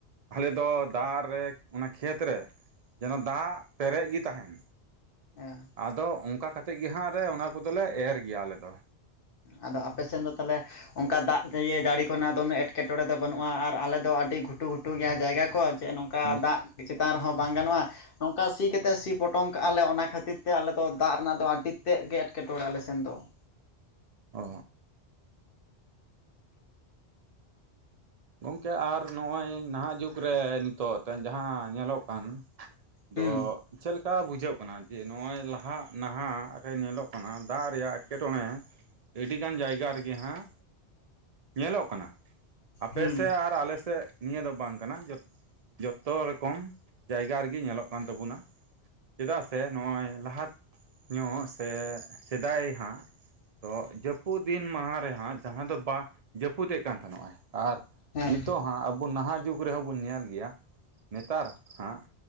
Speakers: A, on the right (about 45°); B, on the left (about 55°).
A: ᱟᱞᱮ ᱫᱚ ᱫᱟᱜ ᱨᱮ ᱚᱱᱟ ᱠᱷᱮᱛ ᱨᱮ ᱡᱮᱱᱚ ᱫᱟᱜ ᱯᱮᱨᱮᱡ ᱜᱮ ᱛᱟᱦᱮᱱ᱾
B: ᱦᱮᱸ,
A: ᱟᱫᱚ ᱚᱱᱠᱟ ᱠᱟᱛᱮᱜ ᱜᱮ ᱦᱟᱸᱜ ᱨᱮ ᱚᱱᱟ ᱠᱚᱫᱚᱞᱮ ᱮᱨ ᱜᱮᱭᱟ ᱟᱞᱮᱫᱚ᱾
B: ᱟᱫᱚ ᱟᱯᱮᱥᱮᱱ ᱫᱚ ᱛᱟᱦᱚᱞᱮ ᱚᱱᱠᱟ ᱫᱟᱜ ᱤᱭᱟᱹ ᱡᱟᱹᱲᱤ ᱠᱚᱨᱮ ᱱᱟᱜ ᱦᱚᱸ ᱫᱚᱢᱮ ᱮᱴᱠᱮᱴᱚᱬᱮ ᱫᱚ ᱵᱟᱹᱱᱩᱜᱼᱟ᱾ ᱟᱨ ᱟᱞᱮ ᱫᱚ ᱟᱹᱰᱤ ᱜᱷᱩᱴᱩ ᱜᱷᱩᱴᱩ ᱜᱮᱭᱟ ᱡᱟᱭᱜᱟ ᱠᱚ᱾ ᱪᱮᱫ ᱱᱚᱝᱠᱟ
A: ᱦᱮᱸ
B: ᱫᱟᱜ ᱪᱮᱛᱟᱱ ᱨᱮᱦᱚᱸ ᱵᱟᱝ ᱜᱟᱱᱚᱜᱼᱟ ᱾ ᱱᱚᱝᱠᱟ ᱥᱤ ᱠᱟᱛᱮᱫ ᱥᱤ ᱯᱚᱴᱚᱢ ᱠᱟᱜᱼᱟ ᱞᱮ ᱚᱱᱟ ᱠᱷᱟᱹᱛᱤᱨ ᱛᱮ ᱟᱞᱮ ᱫᱚ ᱫᱟᱜ ᱨᱮᱱᱟᱜ ᱫᱚ ᱟᱹᱰᱤ ᱛᱮᱫ ᱜᱮ ᱮᱴᱠᱮᱴᱚᱬᱮ ᱟᱞᱮ ᱥᱮᱱ ᱫᱚ ᱾
A: ᱚ ᱜᱚᱝᱠᱮ ᱟᱨ ᱱᱚᱜᱼᱚᱭ ᱱᱟᱦᱟᱜ ᱡᱩᱜᱽ ᱨᱮ ᱱᱤᱛᱚᱜ ᱛᱮᱦᱮᱧ ᱡᱟᱦᱟᱸ ᱧᱮᱞᱚᱜ ᱠᱟᱱ, ᱫᱚᱻ
B: ᱦᱩᱸ
A: ᱪᱮᱫ ᱞᱮᱠᱟ ᱵᱩᱡᱷᱟᱹᱜ ᱠᱟᱱᱟ? ᱡᱮ ᱱᱚᱜᱼᱚᱭ ᱞᱟᱦᱟᱜ ᱱᱟᱦᱟᱜ ᱨᱮ ᱧᱮᱞᱚᱜ ᱠᱟᱱᱟ ᱫᱟᱜ ᱨᱮᱭᱟᱜ ᱮᱸᱴᱠᱮᱴᱚᱬᱮ ᱾ ᱟᱹᱰᱤᱜᱟᱱ ᱡᱟᱭᱜᱟ ᱨᱮᱜᱮ ᱦᱟᱸᱜ ᱧᱮᱞᱚᱜ ᱠᱟᱱᱟ ᱾ ᱟᱯᱮᱥᱮᱫ
B: ᱦᱩᱸ
A: ᱟᱨ ᱟᱞᱮ ᱥᱮᱫ ᱱᱤᱭᱟᱹ ᱫᱚ ᱵᱟᱝ ᱠᱟᱱᱟ, ᱡᱚᱛᱚ ᱨᱚᱠᱚᱢ ᱡᱟᱭᱜᱟ ᱨᱮᱜᱮ ᱧᱮᱞᱚᱜ ᱠᱟᱱ ᱛᱟᱵᱚᱱᱟ ᱾ ᱪᱮᱫᱟᱜ ᱥᱮ ᱱᱚᱜᱼᱚᱭ ᱞᱟᱦᱟ ᱧᱚᱜ ᱥᱮ ᱥᱮᱫᱟᱭ ᱦᱟᱸᱜ, ᱛᱚ ᱡᱟᱹᱯᱩᱫ ᱫᱤᱱ ᱢᱟᱦᱟ ᱨᱮᱦᱟᱸᱜ ᱡᱟᱦᱟᱸ ᱫᱚ ᱵᱟ ᱡᱟᱹᱯᱩᱫᱮ ᱠᱟᱱ ᱛᱟᱦᱮᱱᱚᱜᱼᱟᱭ ᱾ ᱟᱨ
B: ᱦᱮᱸ
A: ᱱᱤᱛᱚᱜ ᱦᱟᱸᱜ ᱟᱵᱚ ᱱᱟᱦᱟᱜ ᱡᱩᱜᱽ ᱨᱮᱦᱚᱸ ᱵᱚᱱ ᱧᱮᱞ ᱜᱮᱭᱟ ᱱᱮᱛᱟᱨ ᱦᱟᱸᱜ